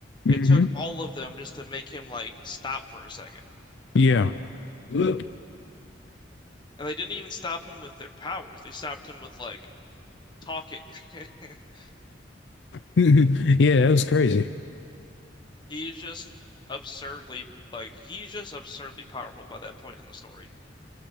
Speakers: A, on the left (about 25°); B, on the left (about 70°).
A: It
B: Mm-hmm.
A: took all of them just to make him like stop for a second.
B: Yeah. Look,
A: And they didn't even stop him with their powers. They stopped him with like talking. <laughs>
B: <laughs> yeah, that was crazy.
A: He's just absurdly like he's just absurdly powerful by that point in the story.